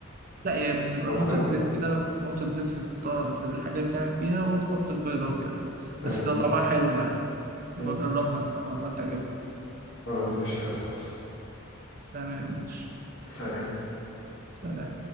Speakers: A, on the right (about 40°); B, on the left (about 75°).
A: لا يعني بنبقى
B: أو
A: نقطة
B: سمنة
A: زيت كده نقطة زيت في الط- في الحاجة اللي بتعمل فيها وتحط البيضة وكده بس
B: أيوة
A: بتبقى طعمها حلو يعني يبقى
B: مم.
A: جربها انت مرة هتعجبك
B: خلاص قشطة يا صوص
A: تمام ماشي
B: سلام
A: سلام